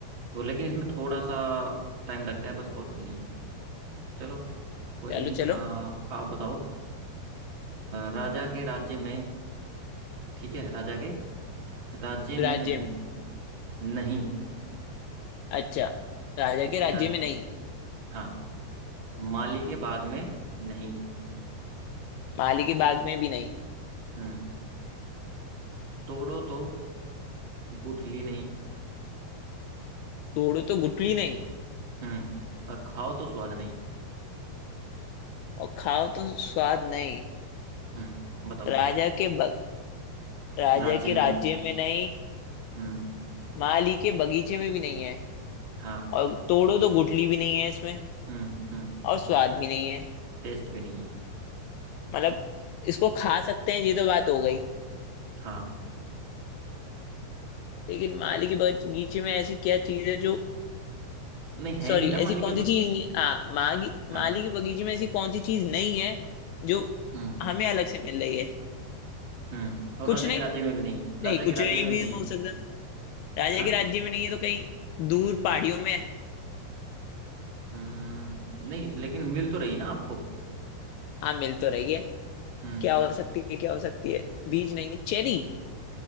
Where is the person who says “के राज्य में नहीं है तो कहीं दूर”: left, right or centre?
Left